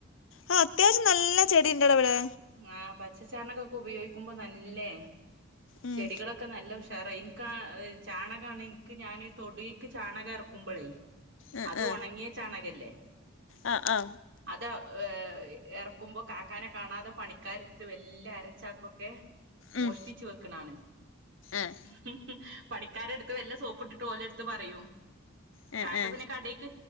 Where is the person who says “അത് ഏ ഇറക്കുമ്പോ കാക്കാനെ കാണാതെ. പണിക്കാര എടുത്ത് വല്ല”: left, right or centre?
Right